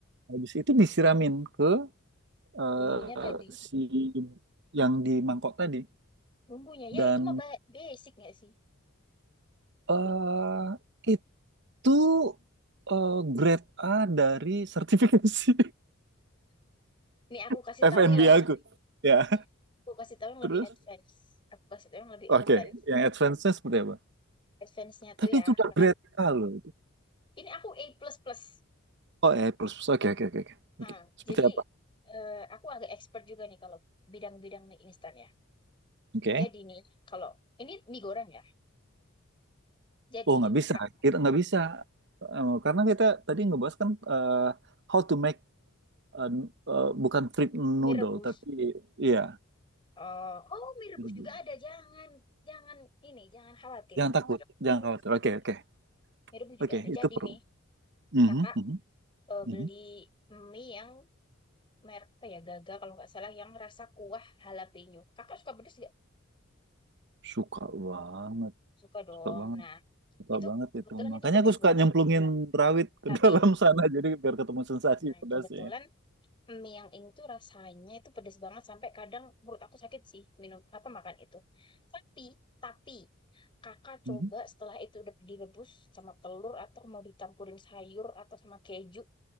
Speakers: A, on the right; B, on the left.
A: Habis itu disiramin ke eh,
B: bumbunya tadi.
A: si yang di mangkok tadi.
B: Bumbunya
A: Dan
B: ya itu mah ba- basic nggak sih?
A: eh itu eh, grade A dari sertifikasi
B: Nih aku
A: <laughs>
B: kasih
A: FNB
B: tahu yang
A: aku.
B: lebih
A: Ya,
B: ini aku kasih tahu yang
A: terus
B: lebih advance. Aku kasih tahu yang lebih
A: oke,
B: advance.
A: Yang advance-nya seperti apa?
B: Advance-nya tuh
A: Tapi
B: ya,
A: itu udah
B: kakak.
A: berita loh.
B: Ini aku A++. plus plus.
A: Oh, A I plus plus. Oke, oke, oke, oke. Oke.
B: Ah,
A: Seperti
B: jadi
A: apa?
B: eh, aku agak expert juga nih kalau bidang-bidang mie instan ya.
A: Oke.
B: Jadi nih kalau ini mie goreng ya. Jadi
A: Oh, nggak bisa.
B: kak,
A: Kita nggak bisa. Eh, karena kita tadi ngebahas kan eh, how to make eh, eh, bukan fruit
B: mie
A: noodle,
B: rebus.
A: tapi iya.
B: Eh, oh mie rebus
A: rebus.
B: juga ada. Jangan jangan ini jangan khawatir.
A: Jangan takut,
B: Mie
A: jangan
B: rebus
A: khawatir.
B: juga
A: Oke,
B: ada.
A: oke.
B: Mie rebus
A: Oke,
B: juga ada.
A: itu
B: Jadi
A: perlu.
B: nih
A: Mhm,
B: kakak
A: mhm,
B: eh,
A: mhm.
B: beli mie yang merek apa ya Gaga kalau nggak salah yang rasa kuah jalapeno kakak suka pedas nggak
A: Suka banget,
B: suka dong
A: suka banget,
B: nah
A: suka
B: itu
A: banget
B: kebetulan
A: itu. Makanya
B: itu pedas
A: aku suka
B: banget
A: nyemplungin rawit ke
B: KB
A: <laughs> dalam sana jadi biar ketemu sensasi
B: nah
A: pedasnya.
B: kebetulan mie yang ini tuh rasanya itu pedas banget sampai kadang perut aku sakit sih minum apa makan itu tapi tapi kakak
A: Mhm,
B: coba setelah itu udah direbus sama telur atau mau dicampurin sayur atau sama keju